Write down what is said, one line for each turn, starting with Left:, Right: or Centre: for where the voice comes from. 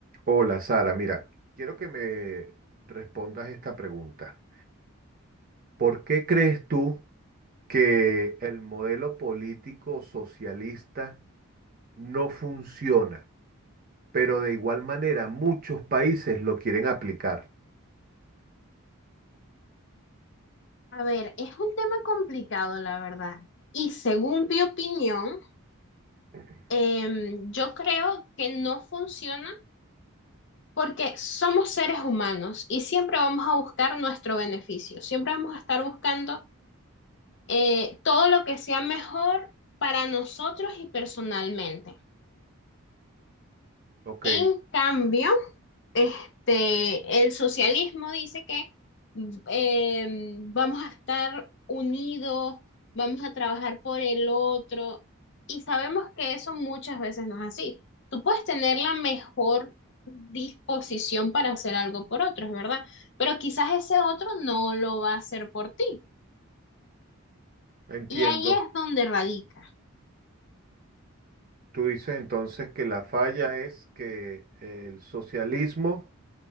Right: Hola Sara, mira, quiero que me respondas esta pregunta. ¿Por qué crees tú que el modelo político socialista no funciona, pero de igual manera muchos países lo quieren aplicar?
Left: A ver, es un tema complicado, la verdad. Y según mi opinión,
Right: <clears throat>
Left: em, yo creo que no funciona porque somos seres humanos y siempre vamos a buscar nuestro beneficio. Siempre vamos a estar buscando eh, todo lo que sea mejor para nosotros y personalmente.
Right: Ok,
Left: En cambio, Este, el socialismo dice que mm, eh, vamos a estar unidos, vamos a trabajar por el otro, y sabemos que eso muchas veces no es así. Tú puedes tener la mejor disposición para hacer algo por otro, es verdad, pero quizás ese otro no lo va a hacer por ti.
Right: entiendo.
Left: Y ahí es donde radica.
Right: Tú dices entonces que la falla es que el socialismo